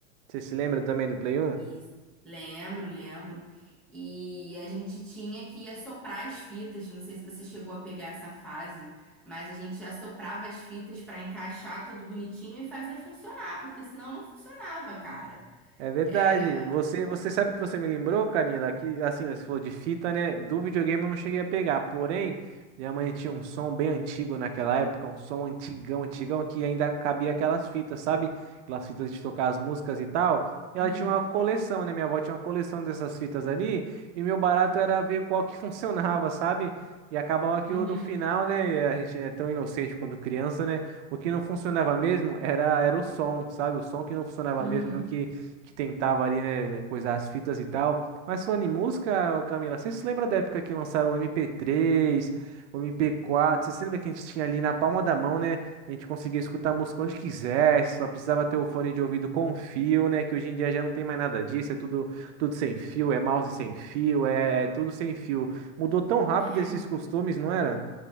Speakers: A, on the right; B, in the centre.
A: Você se lembra também do Play 1?
B: Isso. Lembro, lembro. E a gente tinha que assoprar as fitas. Não sei se você chegou a pegar essa fase, mas a gente assoprava as fitas para encaixar tudo bonitinho e fazer funcionar, porque senão não funcionava, cara.
A: É verdade.
B: Era.
A: Você, você sabe que você me lembrou, Camila, que assim, ó, você falou de fita, né? Do videogame eu não cheguei a pegar. Porém, minha mãe tinha um som bem antigo naquela época, um som antigão, antigão, que ainda cabia aquelas fitas, sabe? Aquelas fitas de tocar as músicas e tal. E
B: Uhum,
A: ela tinha uma coleção, né? Minha avó tinha uma coleção dessas fitas ali, e meu barato era ver qual que <laughs> funcionava, sabe? E acabava que
B: uhum,
A: eu, no final, né? e A gente é tão inocente quando criança, né? O que não funcionava mesmo era, era o som, sabe? O som que não funcionava
B: uhum.
A: mesmo, é o que que tentava ali, né, coisar as fitas e tal. Mas falando em música, ô Camila, você se lembra da época que lançaram o mp três o mp quatro Você se lembra que a gente tinha ali na palma da mão, né? A gente conseguia escutar música onde quisesse, só precisava ter o fone de ouvido com fio, né? Que hoje em dia já não tem mais nada disso, é tudo, tudo sem fio, é mouse sem fio, é, é tudo sem fio. Mudou tão rápido
B: Lembro.
A: esses costumes, não era?